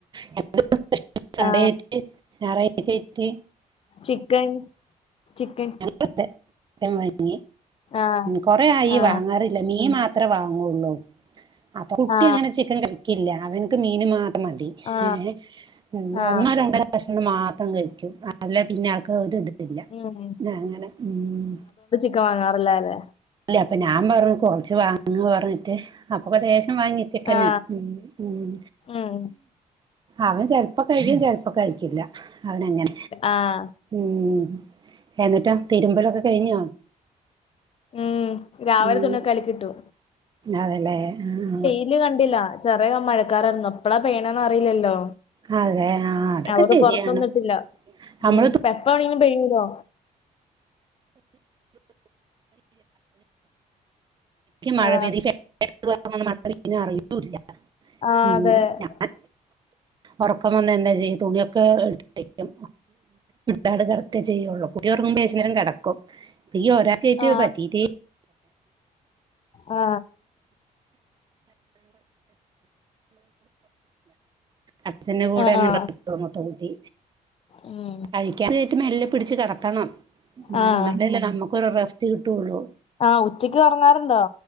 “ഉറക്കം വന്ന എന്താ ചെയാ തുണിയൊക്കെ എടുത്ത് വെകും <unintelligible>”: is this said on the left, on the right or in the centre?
Right